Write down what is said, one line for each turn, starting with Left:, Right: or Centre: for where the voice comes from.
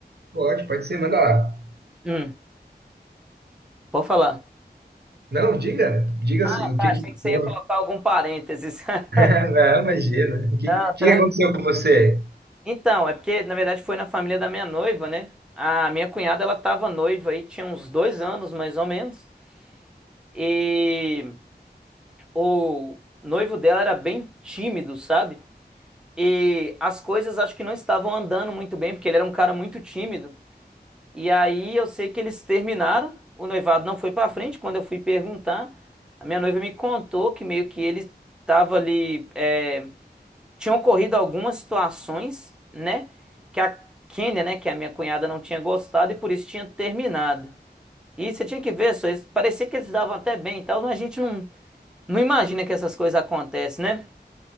Right: Pode, pode ser, manda lá.
Centre: Hum, pode falar.
Right: Não, diga, diga
Centre: Ah,
Right: o
Centre: tá,
Right: que
Centre: achei
Right: que...
Centre: que você
Right: que-
Centre: ia colocar algum parênteses. <laughs>
Right: <laughs> Não, imagina. O que,
Centre: Não,
Right: o que que
Centre: tran-
Right: aconteceu com você?
Centre: Então, é porque na verdade foi na família da minha noiva, né? A minha cunhada ela tava noiva aí, tinha uns dois anos mais ou menos. E o noivo dela era bem tímido, sabe? E as coisas acho que não estavam andando muito bem, porque ele era um cara muito tímido. E aí eu sei que eles terminaram, o noivado não foi pra frente. Quando eu fui perguntar, a minha noiva me contou que meio que ele estava ali. é, tinham ocorrido algumas situações, né, que a Kênia, né, que a minha cunhada não tinha gostado e por isso tinha terminado. E você tinha que ver, só isso, parecia que eles davam até bem e tal, mas a gente não, não imagina que essas coisas acontecem, né?